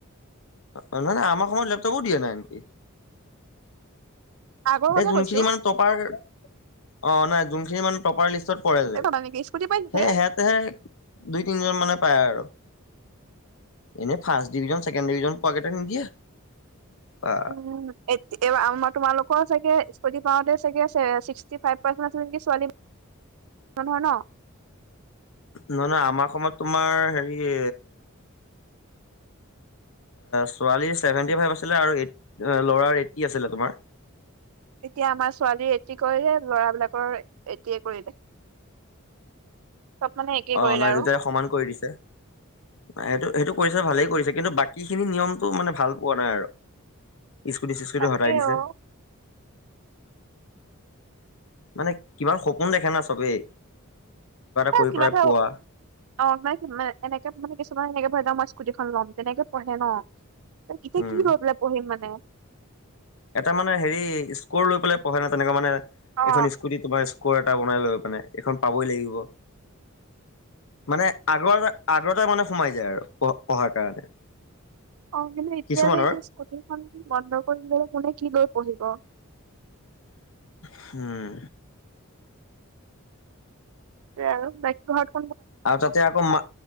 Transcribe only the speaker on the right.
আগৰ কথা
কৈছো
এই পালা নেকি স্কুটি পাইছে।
উম, আমাৰ তোমালোক াগ স্ চাগে সীষ্টি <unintelligible> ফাইভ পৰ্চেন্ত আছে নেকি ছোৱালী হয় ন
এতিয়া আমাৰ ছোৱালী এটি কৰিলে লৰাবিলাকৰ এইটোয়ে কৰিলে <unintelligible> একেই
কৰিলে
আৰু
তাকে
অ
কিবা
এটা
অে এনেকে মানে কিছুমান এনে ভদ মই স্কুটিখন ল'ম তেনেকে পঢ়ে ন ত কেতিয়া
কি লৈ পেলাই পঢ়িম মানে
অ
অ কিন্তু এতিয়াটো
যে স্কুটিখন বন্ধ কৰি ললে কোনে কি লৈ পঢ়িব
আৰু বাকী ঘ